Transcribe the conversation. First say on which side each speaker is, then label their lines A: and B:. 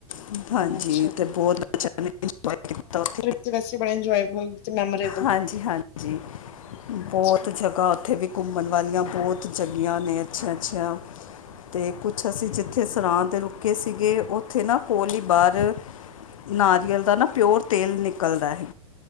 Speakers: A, on the left; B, on the left.
A: <unintelligible>
B: ਬੜਾ ਅੱਛਾ ਫਿਰ ਐ ਤੇ ਵੈਸੇ ਬੜਾ ਇੰਜੋਏਬਲ ਤੇ ਮੈਮਰੇ
A: ਹਾਂਜੀ, ਹਾਂਜੀ
B: ਹਾਂਜੀ
A: ਬੋ ਤ ਜ ਕਾ ਓਥੇ ਵੀ ਘੁੰਮਣ ਵਾਲੀਆਂ ਬੋਤ ਜਗੀਆਂ ਨੇ ਅੱਛੀਆਂ, ਅੱਛੀਆਂ ਤੇ ਕੁਛ ਅੱਛਾ ਅਸੀ ਜਿੱਥੇ ਸਰਾਂ ਤੇ ਰੁਕੇ ਸੀਗੇ, ਓਥੇ ਨਾ ਕੋਲ ਈ ਬਾਰ ਨਾਰੀਅਲ ਦਾ ਨਾ ਪੇਓਰ ਤੇਲ ਨਿਕਲਦਾ ਐ